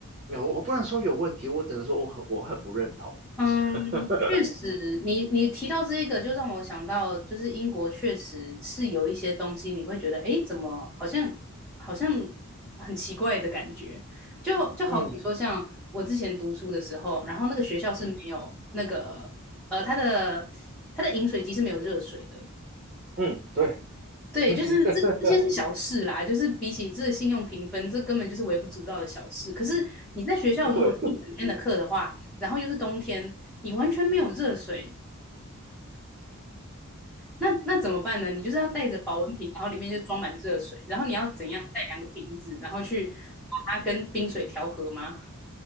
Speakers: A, on the right (about 35°); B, in the centre.
A: 有我不能说有问题，我只能说我很我很不认同。
B: 嗯，
A: <laughs>
B: 确实，你你提到这一个，就让我想到，就是英国确实是有一些东西，你会觉得，诶，怎么好像好像很奇怪的感觉，就就好比说，
A: 嗯
B: 像我之前读书的时候，然后那个学校是没有那个，
A: 嗯
B: 呃，它的它的饮水机是没有热水的，
A: 嗯，对，
B: 对，
A: <laughs>
B: 就是这这些是小事啦，就是比起这信用评分，这根本就是微不足道的小事。可是你在学校如果是一整天的课的话，
A: 不会。
B: 然后又是冬天，你完全没有热水，那那怎么办呢？你就是要带着保温瓶，然后里面就装满热水，然后你要怎样带两个瓶子，然后去把它跟冰水调和吗？